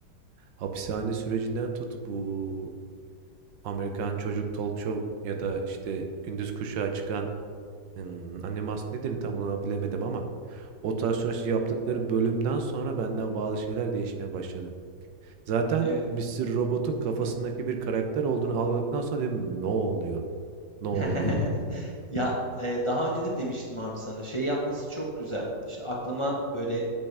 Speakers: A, on the right; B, on the left.
A: hapishane sürecinden tut bu Amerikan Çocuk Talk Show ya da işte Gündüz Kuşağı çıkan hmm, animasyon nedir tam olarak bilemedim ama o tarz süreç yaptıkları bölümden sonra benden bazı şeyler değişmeye başladı. Zaten
B: Evet.
A: Mister Robot'un kafasındaki bir karakter olduğunu algıladıktan sonra dedim ne oluyor? Ne oluyor?
B: <laughs> Ya e, daha önce de demiştim abi sana. Şey yapması çok güzel. İşte aklıma böyle